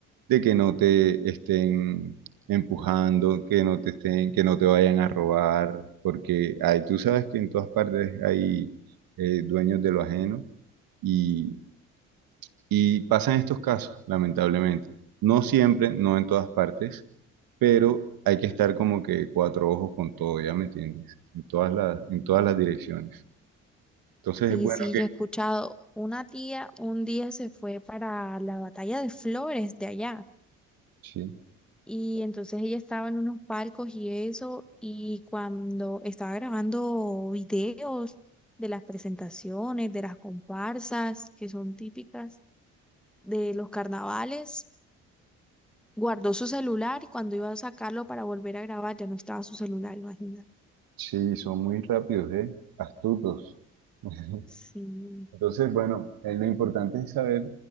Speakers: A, on the right; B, in the centre.
A: de que no te estén empujando, que no te estén, que no te vayan a robar, porque hay, tú sabes que en todas partes hay eh, dueños de lo ajeno y y pasan estos casos, lamentablemente. No siempre, no en todas partes, pero hay que estar como que cuatro ojos con todo, ¿ya me entiendes? En todas las, en todas las direcciones. Entonces
B: Sí,
A: es bueno
B: sí,
A: que...
B: yo he escuchado, una tía un día se fue para la batalla de Flores de allá.
A: Sí,
B: Y entonces ella estaba en unos palcos y eso, y cuando estaba grabando videos de las presentaciones, de las comparsas, que son típicas de los carnavales, guardó su celular y cuando iba a sacarlo para volver a grabar ya no estaba su celular, imagínate.
A: sí, son muy rápidos, ¿eh? Astutos. <laughs>
B: Sí.
A: Entonces, bueno, eh, lo importante es saber,